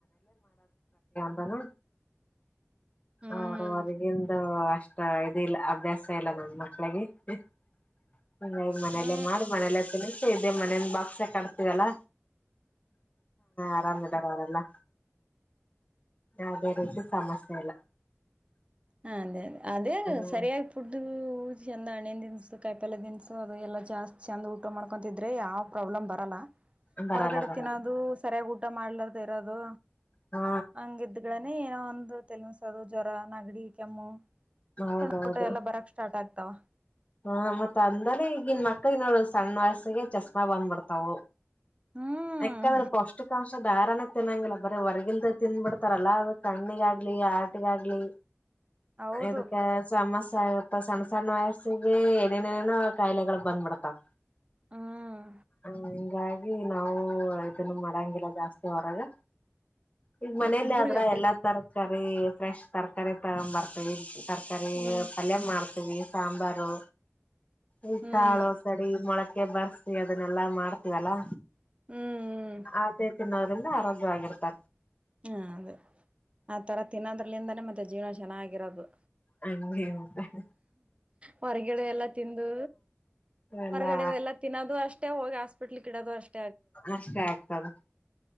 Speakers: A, on the left; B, on the right.
A: ದಾನ
B: ಹ್ಮ್
A: ಅವರು ಹೊರಗೊಂದು ಅಷ್ಟ ಇಲ್ಲ ಅಭ್ಯಾಸ ಇಲ್ಲ ನಮ ಮಕ್ಕಳಿಗೆ ಹ್ ಮನೇಲ್ಲೇ
B: ಹಾ
A: ಮಾಡಿ ಮನೇಲ್ಲ ತನ್ಸ ಇದೇ ಮನೇನ್ ಬಾಕ್ಸೆ ಕಟ್ತವಲ್ಲ ಆರಾಮಿದಾರ ಅವರೆಲ್ಲ ಯಾವುದೇ ರೀತಿ ಸಮಸ್ಯೆ ಇಲ್ಲ
B: ಹ ಅದ ಅ ಅದೇ
A: ಹ್ಮ್
B: ಸರಿಯಾಗಿ ಪುಡ್ದು ಪೂಜ ಚಂದ ಹಣ್ಣನ್ ದಿನ್ಸು ಕಾಯಪೆಲ ದಿನ್ಸು ಅದು ಎಲ್ಲ ಜಾಸ್ತಿ ಚಂದ ಊಟ ಮಾಡ್ಕೊತಿದ್ರೆ ಯಾವ್ ಪ್ರಾಬ್ಲಮ್ ಬರಲ್ಲ
A: ಹ್ಮ್ ಬರಲ್ಲ
B: ಹೊರಗಡೆ
A: ಬರಲ್ಲ
B: ತಿನ್ನೋದು ಸರಿಯ ಊಟ ಮಾಡ್ಲಾರದ ಇರೋದು
A: ಹಾ
B: ಹಂಗಿದ್ನೇ ಏನೋ ಒಂದು ದು ಜ್ವರ ನಗಡಿ ಕೆಮ್ಮು
A: ಹೌದೌದು
B: ಸಣ್ಣ ಊಟ ಎಲ್ಲ ಬರಕ್ ಸ್ಟಾರ್ಟ್ ಆಗ್ತಾವ
A: ಹ ಮತ್ ಅಂದಾನೆ ಈಗನ್ ಮಕ್ಳ ನೋಡ ಸಣ್ಣ ವಯಸ್ಸಿಗೆ ಚಶಮಾ ಬಂದ್ಬಿಡ್ತಾವ
B: ಹ್ಮ್
A: ಯಕಂದ್ರೆ ಪೌಷ್ಟಿಕಾಂಶ ಧಾರಣ ತಿನ್ನಂಗಿಲ್ಲ ಬರಿ ಹೊರಗಿನ್ದೆ ತಿನ್ಬಿಡ್ತಾರಲ್ಲ ಅ ಕಣ್ಣಿಗಾಗ್ಲಿ ಹಾರ್ಟ್ ಆಗ್ಲಿ
B: ಹೌದು
A: ಎದಕ್ಕೆ ಸಮಸ್ಯೆ ಆಗ್ತವೆ ಸಣ್ಣ ಸಣ್ಣ ವಯ ಗೆ ಏನೇನೇನೇನ ಕಾಯಿಲೆಗಳು ಬಂದ್ಬಿಡ್ತಾವ
B: ಹ್ಮ್
A: ಹ ಹಂಗಾಗಿ ನಾವು ಇದನ್ನು ಮಾಡಾಂಗಿಲ್ಲ ಜಾಸ್ತಿ ಹೊರಗೆ ಈಗ ಮನೇಲಿ
B: ಹುಡುಗರಿಗೆ
A: ಆದ್ರ
B: ಅಭ್ಯಾಸ
A: ಎಲ್ಲಾ ತರಕಾರಿ ಫ್ರೆಶ್ ತರಕಾರಿ ತಗ್ ಬರ್ತವಿ ಇ ತರಕಾರಿ
B: ಹ್ಮ್
A: ಪಲ್ಯ ಮಾಡ್ತೀವಿ ಸಾಂಬಾರು ಈ
B: ಹ್ಮ್
A: ಕಾಳು ಸಡಿ ಮೊಳಕೆ ಬರ್ಸಿ ಅದನ್ನೆಲ್ಲಾ ಮಾಡ್ತೀವಲ್ಲಾ
B: ಹ್ಮ್ ಹ್ಮ್
A: ಅದೇ ತಿನ್ನೋದ್ರಿಂದ ಆರೋಗ್ಯವಾಗಿರ್ತಾರೆ
B: ಹಾ ಅದೇ ಆ ತರ ತಿನ್ನೋದ್ರಲಿಂದಾನೇ ಮತ್ತೆ ಜೀವನ ಚೆನ್ನಾಗಿರೋದು
A: ಅ <inaudible>
B: ಹೊರಗಡೆ ಎಲ್ಲಾ ತಿಂದು
A: ಎಲ್ಲಾ
B: ಹೊರಗಡೆಲ್ಲ ತಿನ್ನೋದು ಅಷ್ಟೇ ಹೋಗಿ ಹಸ್ಪಿಟ್ಲ್ ಇಡದು ಅಷ್ಟ
A: ಅಷ್ಟೇ ಆತದೆ